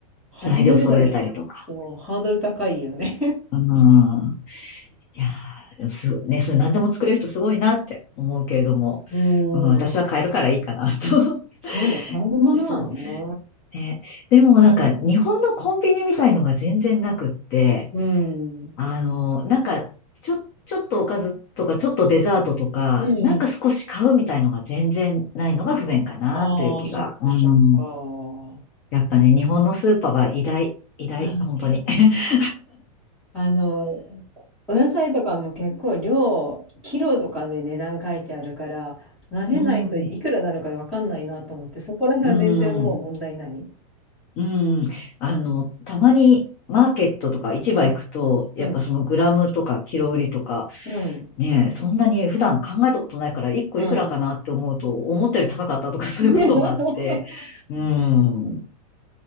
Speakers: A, in the centre; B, on the left.
A: 始めるのに、
B: 材料揃えたりとか。
A: そう、ハードル高いよね。
B: うん。いやー、でもすごい、ね、それ何でも作れる人すごいなって思うけれども、
A: <laughs> う
B: うん、私は買えるからいいかなと。
A: ん。そうね、買えるものはね。
B: <laughs> そう。ね。でもなんか日本のコンビニみたいのが全然なくって、
A: うん。
B: あの、なんかちょ、ちょっとおかずとかちょっとデザートとか、
A: うん。
B: なんか少し買うみたいのが全然ないのが不便かなという気が。
A: ああ、そっかそっか。
B: うん。やっぱね、日本のスーパーは偉大、偉大、
A: まあね
B: 本当に。<laughs>
A: あの、お野菜とかも結構量、キロとかで値段書いてあるから、慣れないといくらなのかわかんないなと思って、
B: うん、
A: そこら辺は全然もう問題ない。
B: うん、うん。あの、たまにマーケットとか市場行くと、
A: うん、
B: やっぱそのグラムとかキロ売りとか、
A: うん、うん。うん、
B: ねえ、そんなに普段考えたことないから、一個いくらかなって思うと、
A: うん。
B: 思ったより高かったとか <laughs> そういうこともあって、
A: <laughs>
B: うん。